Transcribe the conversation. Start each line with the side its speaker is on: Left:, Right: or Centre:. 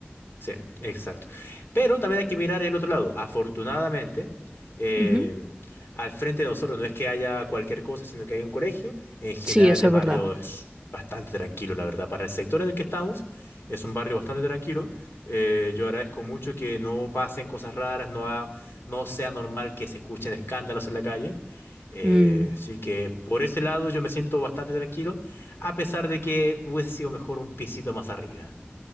Left: Sí, exacto. Pero también hay que mirar el otro lado. Afortunadamente, em,
Right: Ujú.
Left: al frente de nosotros no es que haya cualquier cosa, sino que hay un colegio. En general,
Right: Sí, eso
Left: el
Right: es
Left: barrio
Right: verdad.
Left: es bastante tranquilo, la verdad. Para el sector en el que estamos, es un barrio bastante tranquilo. Eh, yo agradezco mucho que no pasen cosas raras, no, ha- no sea normal que se escuchen escándalos en la calle. Eh,
Right: Mm.
Left: así que por ese lado yo me siento bastante tranquilo, a pesar de que hubiese sido mejor un pisito más arriba.